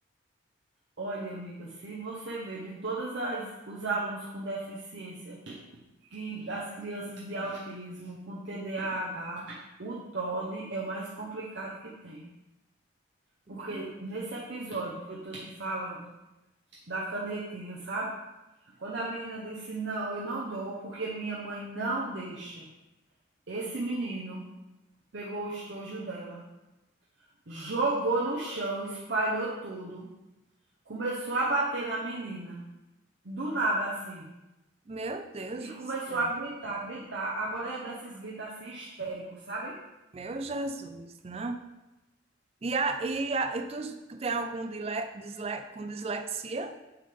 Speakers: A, on the right; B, on the right.
A: Olha, amiga, se você vê de todas as os alunos com deficiência, que das crianças de autismo, com TDAH, o TOD é o mais complicado que tem.
B: Meu,
A: Porque nesse episódio que eu estou te falando, da canetinha, sabe? Quando a menina disse: Não, eu não dou, porque minha mãe não deixa. Esse menino pegou o estojo dela, jogou no chão, espalhou tudo, começou a bater na menina, do nada assim.
B: meu Deus
A: E
B: do
A: começou
B: céu,
A: a gritar, gritar. Agora é desses gritos assim histéricos, sabe?
B: meu Jesus, não. E, a, e, a, e tu tem algum dile, disle, com dislexia?